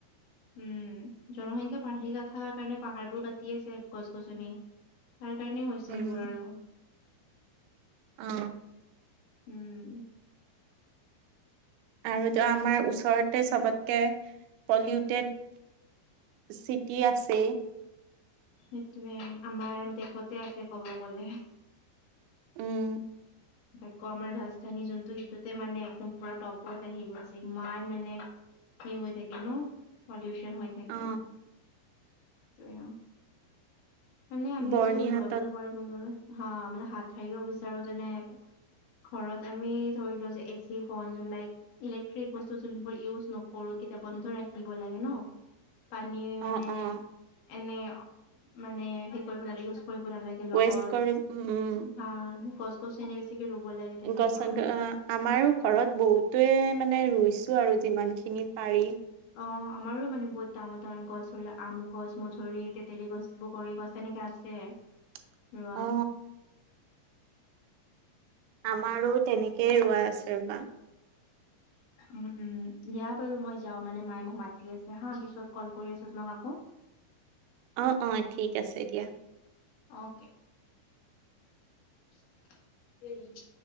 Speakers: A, on the left; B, on the right.
A: উম জনসংখ্যা বাঢ়ি নাথাকা কাৰণে পাহাৰবোৰ কাটি আছে গছ গছনি - তাৰ কাৰণে হৈছে
B: উম
A: এইবোৰ আৰু,
B: অ
A: উম।
B: আৰুটো আমাৰ ওচৰতে চবতকে পলিউটেড - চিটি আছেই।
A: সেইটোৱে আমাৰ দেশতে আছে কব গলে।
B: উম
A: আকৌ আমাৰ ৰাজধানী যোনটো সেইটোতে মানে একদম পুৰা টপত আহি গৈছে ইমান মানে- ফ্ৰী হৈ থাকে ন পলিউশ্যন হৈ থাকে,
B: অ
A: সেইটো আও মানে আমি
B: বৰ্ণিহাটত
A: যল গ্ল'বেল ৱাৰ্মিঙৰ হা মানে হাত সাৰিব বিচাৰো যেনে ঘৰত আমি ধৰি লোৱা যে এচি ফন যোন লাইক- ইলেক্ট্ৰিক বস্তু যোনবোৰ ইউজ নকৰো কেতিয়া বন্ধ ৰাখিব লাগে ন। পানী মানে
B: অ অ
A: এনে মানে হে কৰিব নালাগে ইউজ - কৰিব নালাগে লগত
B: ৱেষ্ট কৰি উম
A: হা গছ গছনি বেছিকে ৰুব লাগে তেনেকুৱা।
B: গছ আমাৰো ঘৰত বহুটোৱে মানে ৰুইছোঁ আৰু যিমানখিনি পাৰি।
A: অ আমাৰো মানে বহুত ডাঙৰ ডাঙৰ গছ ৰুলে আম গছ, মধুৰি, তেতেলী গছ, বগৰী গছ তেনেকে আছে।
B: <unintelligible>
A: ৰুৱা।
B: অ আমাৰো তেনেকেই ৰুৱা আছে ৰবা।
A: উম উম দিয়া বাৰু মই যাওঁ মানে মায়ে মোক মাতি আছে হা, পিছত কল কৰি আছো তোমাক আকৌ।
B: অ অ ঠিক আছে দিয়া।
A: অকে। <unintelligible>